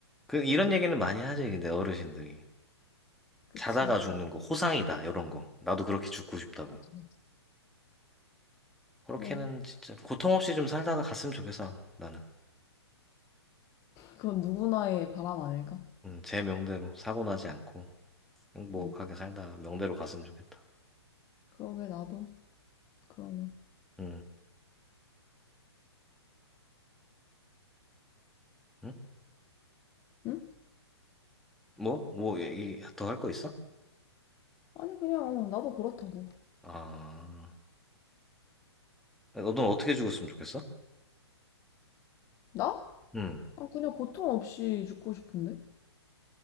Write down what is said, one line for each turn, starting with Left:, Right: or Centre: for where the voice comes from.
Centre: 그 이런 얘기는 많이 하지. 근데 어르신들이
Left: 그치.
Centre: 자다가 죽는 거 호상이다. 이런 거. 나도 그렇게 죽고 싶다고.
Left: 맞아, 맞아.
Centre: 그렇게는
Left: 그래.
Centre: 진짜 고통 없이 좀 살다가 갔으면 좋겠어, 나는.
Left: 그건 누구나의 바람 아닐까?
Centre: 음, 제 명대로 사고 나지 않고 행복하게
Left: 응.
Centre: 살다가 명대로 갔으면 좋겠다.
Left: 그러게, 나도. 그러네.
Centre: 음, 응?
Left: 응?
Centre: 뭐? 뭐, 얘기 더 할 거 있어?
Left: 아니, 그냥, 어, 나도 그렇다고.
Centre: 아, 너는 어떻게 죽었으면 좋겠어?
Left: 나?
Centre: 음,
Left: 난 그냥 고통 없이 죽고 싶은데?